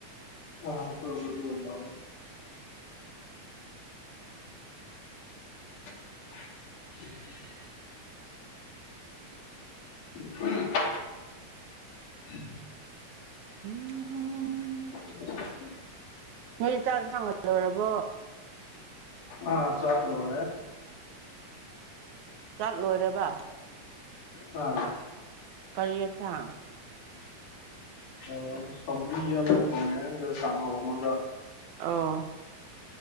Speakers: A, on the left (about 85°); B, on the right (about 75°).
A: ꯑ ꯇꯧꯏ ꯍꯤꯡꯒꫭꯟ ꯆꯥꯎꯅ <unintelligible> <inaudible> <inaudible>
B: ꯎꯝ
A: <inaudible>
B: ꯅꯣꯏꯗꯤ ꯆꯥꯛ ꯑꯗꯨꯝ ꯊꯥꯡꯒꯠ ꯂꯣꯏꯔꯕꯣ
A: ꯑꯥ ꯆꯥꯛ ꯂꫭꯏꯔꯦ
B: ꯆꯥꯛ ꯂꯣꯏꯔꯕ
A: ꯑꯥ
B: ꯀꯔꯤ ꯑꯦꯟꯁꯥꯡ
A: ꯑꯣ ꯁꯧꯒ꯭ꯔꯤ ꯑꯃ ꯊꫭꯡꯉꯦ ꯑꯗꯨꯒ ꯀꯥꯡꯍꯧ ꯑꯃꯒ
B: ꯑꯣ